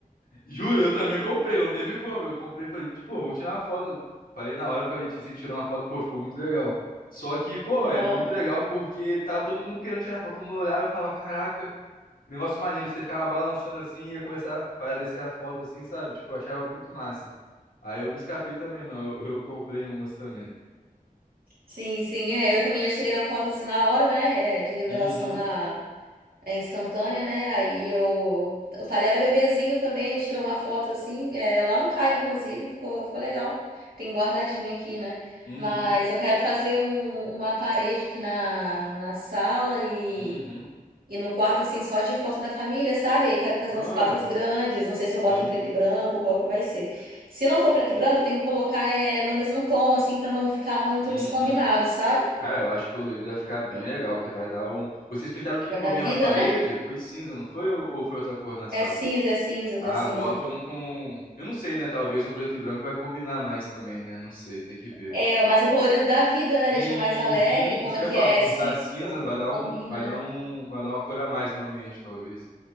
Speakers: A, on the left (about 75°); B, on the right (about 85°).
A: Juro, eu também comprei, não teve como. Eu comprei, falei, tipo, vamos tirar uma foto. Falei na hora com a Letícia, a gente tirou uma foto, pô, ficou muito legal. Só que, pô,
B: <laughs> Aham.
A: é muito legal porque tava todo mundo querendo tirar foto, todo mundo olhava e falava, caraca, que negócio maneiro, você ficava balançando assim e ia começar a aparecer a foto assim, sabe? Tipo, eu achava muito massa. Aí eu não escapei também, não, eu, eu comprei umas também.
B: Sim, sim, é. Eu também já tirei uma foto assim na hora, né? é, de revelação
A: Uhum,
B: na é, instantânea, né? Aí eu. O talher era bebezinho também, a gente tirou uma foto assim, é, lá no CAI, inclusive, ficou, ficou legal. Tem guardadinha aqui, né?
A: uhum,
B: Mas eu quero fazer um- uma parede aqui na, na sala e,
A: uhum.
B: e no quarto, assim, só de foto da família, sabe? Aí quero fazer
A: Olha,
B: uns quadros grandes, não sei se eu boto
A: sim,
B: em preto e branco, qual que vai ser. Se não for preto e branco, tem que colocar é, no mesmo tom, assim, pra não ficar muito
A: uhum.
B: descombinado, sabe?
A: Cara, eu acho que colorido vai ficar bem legal, que vai dar um. Vocês pintaram que
B: Vai
A: com
B: dar
A: a mesma
B: vida,
A: parede?
B: né?
A: Foi cinza, não foi? Ou, ou foi outra cor na sala?
B: É cinza, é cinza, tá
A: Ah,
B: cinza.
A: botam com. Eu não sei, né? Talvez um preto e branco vai combinar mais também, né? Não sei, tem que ver.
B: É, mas o colorido da vida, né? Deixa
A: Uhum.
B: mais alegre, como
A: Isso que
B: é que
A: eu ia falar,
B: é?
A: por
B: É cinco?
A: estar cinza, vai dar
B: Combina,
A: um, vai
B: né?
A: dar um, vai dar uma cor a mais no ambiente, talvez.